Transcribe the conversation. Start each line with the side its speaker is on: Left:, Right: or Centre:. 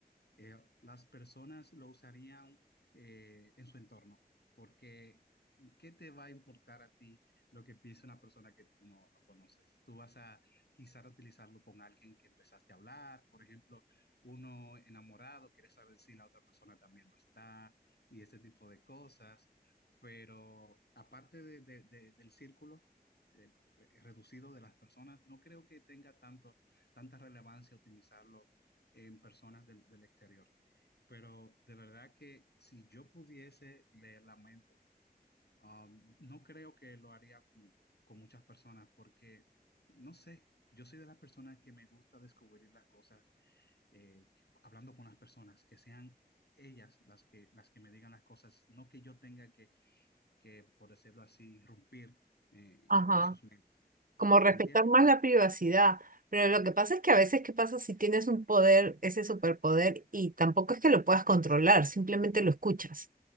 Left: eh, las personas lo usarían eh, en su entorno, porque ¿qué te va a importar a ti lo que piensa una persona que tú no, no conoces? Tú vas a quizás utilizarlo con alguien que empezaste a hablar, por ejemplo, uno enamorado, quiere saber si la otra persona también lo está y ese tipo de cosas, pero aparte de- de- de- del círculo. eh, eh, reducido de las personas, no creo que tenga tanto, tanta relevancia utilizarlo en personas del, del exterior. Pero de verdad que si yo pudiese leer la mente, um, no creo que lo haría con, con muchas personas porque, no sé, yo soy de las personas que me gusta descubrir las cosas eh, hablando con las personas, que sean ellas las que, las que me digan las cosas, no que yo tenga que, que por decirlo así, irrumpir eh,
Right: Ajá,
Left: en sus mentes.
Right: como respetar
Left: ¿Entiendes?
Right: más la privacidad, pero lo que pasa es que a veces, ¿qué pasa si tienes un poder, ese superpoder, y tampoco es que lo puedas controlar, simplemente lo escuchas?